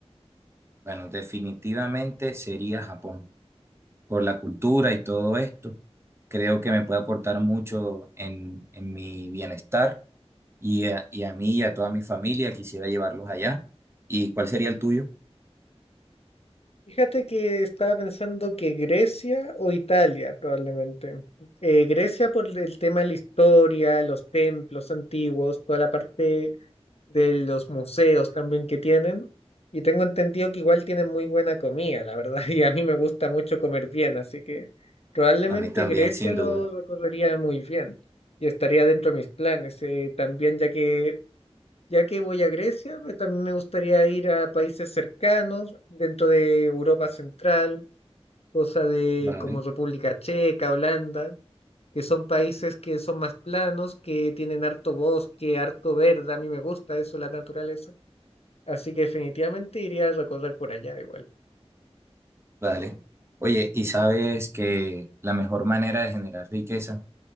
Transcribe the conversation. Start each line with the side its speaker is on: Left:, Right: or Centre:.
Right: Bueno, definitivamente sería Japón. por la cultura y todo esto. Creo que me puede aportar mucho en, en mi bienestar y a, y a mí y a toda mi familia. Quisiera llevarlos allá. ¿Y cuál sería el tuyo?
Left: Fíjate que estaba pensando que Grecia o Italia probablemente. Eh, Grecia por el tema de la historia, los templos antiguos, toda la parte de los museos también que tienen. Y tengo entendido que igual tienen muy buena comida, la verdad, <laughs> y a mí me gusta mucho comer bien, así que probablemente
Right: A mí también,
Left: Grecia
Right: sin
Left: lo
Right: duda.
Left: recorrería muy bien y estaría dentro de mis planes. Eh, también ya que, ya que voy a Grecia, me- también me gustaría ir a países cercanos, dentro de Europa Central, cosa de
Right: Vale,
Left: como República Checa, Holanda, que son países que son más planos, que tienen harto bosque, harto verde, a mí me gusta eso, la naturaleza. Así que definitivamente iría a recorrer por allá igual.
Right: vale. Oye, y sabes que la mejor manera de generar riqueza